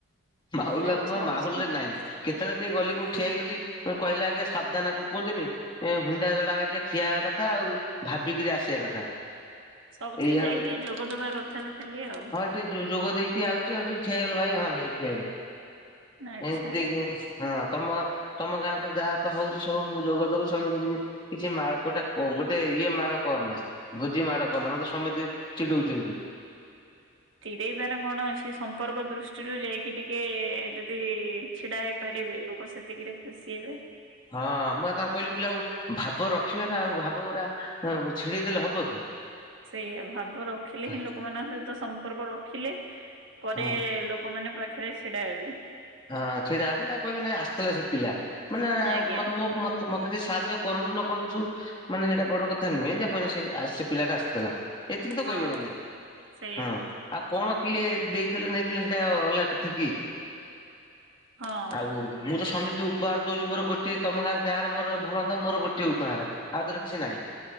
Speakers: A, on the left; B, on the right.
A: ମାହୋଲୁ ଆଉ
B: ଆଚ୍ଛା
A: ମୋ ମାହୁଲରେ
B: ଆଚ୍ଛା।
A: ନାଇଁ। କେତେବେଳେ ଟିକେ ଗଲି କୋଉଠି ଠିଆ ହେଇଗଲି କହିଲେ ଆଜ୍ଞା ସାବଧାନ କୁ କୁହନ୍ତିନି ଏ ହୁଣ୍ଡା ଜଡା ବାଗିଆ ଠିଆ ହବା କଥା ଆଉ ଭାବିକିରି ଆସିବା କଥା।
B: ସବୁଥିରେ
A: ଏଇଆ
B: ଯାଇକି ଟିକେ ଯୋଗଦବା କଥା ଖାଲି ଆଉ।
A: ଟି ଯୋ ଯୋଗ ଦେଇକି ଟି ଆଉଚି ଆଉ ଟିକେ ଠିଆ ହେଇଗଲେ ଭାଇ ହଁ ଏଇ ଠିଆ ହେଇ
B: ଆଚ୍ଛା।
A: ଏ ଦେଇକି ହଁ ତମ ତମ ଗାଁ ତ ଯାହା ତ ହଉଚି ସବୁ ମୁଁ ଯୋଗ ଦଉଛି ସମସ୍ତେ କହୁଚନ୍ତି କିଛି ମା ଗୋଟେ କ ଗୋଟେ ଇଏ ମାଡ କର ନା ଭୋଜି ମାଡ କରନା ମତେ ସମତେ ଚିଡଉଚନ୍ତି।
B: ଚିଡେଇବାର କଣ ଅଛି। କି ସମ୍ପର୍କ ଦୃଷ୍ଟିରୁ ଯାଇକି ଟିକେ ଯଦି ଛିଡ଼ା ହେଇପାରିବେ ଲୋକ ସେତିକିରେ ଖୁସି ହେବେ।
A: ହଁ ମୁଁ ପା ତାଙ୍କୁ କଇଲି ମୁଁ କଇଲି ଆଉ ଭାବ ରଖିବା ନା ଆଉ ଭାବ ପୁରା ଉ ଛିଡେଇ ଦେଲେ ହବ କି।
B: ସେଇଆ ଭାବ ରଖିଲେ
A: ହଁ
B: ହିଁ ଲୋକମାନଙ୍କ ସହିତ ସମ୍ପର୍କ ରଖିଲେ ପରେ
A: ହଁ
B: ଲୋ କମାନେ ପାଖେରେ ଛିଡା ହେବେ।
A: ହଁ ଛିଡ଼ା ହେବେ ନାଇ କହିବେ ନାଇଁ ଆସିଥିଲା ସେ ପିଲା ମାନେ
B: ଆଜ୍ଞା
A: ଉ ମତେ ମୁଁ ମ ତ ମତେ ଯିଏ ସାହାଯ୍ୟ କରନ୍ତୁ ନ କରନ୍ତୁ ମାନେ ସେଇଟା ବଡ କଥା ନୁହେଁ। <unintelligible> ସେ ଆସ୍ ସେ ପିଲାଟା ଆସିଥିଲା। ଏତିକି ତ
B: ହଁ
A: କହିବେ ନା ନାହିଁ।
B: ସେଇଆ
A: ହଁ। ଆଉ କଣ କିଏ ଦେଇଦେଲେ ନେଇଦେଲେ ସେଇଟା ଅଲଗା କଥା କି?
B: ହଁ
A: ଆଉ ମୁଁ ତ ସମିତି ଉପହାର ଦଉଚି ମୋର ଗୋଟିଏ ତମ ଗାଁରେ ଯାହାର ମୋର ଭଲ ମୋର ଗୋଟିଏ ଉପହାର। ଆଉ ତାର କିଛି ନାହିଁ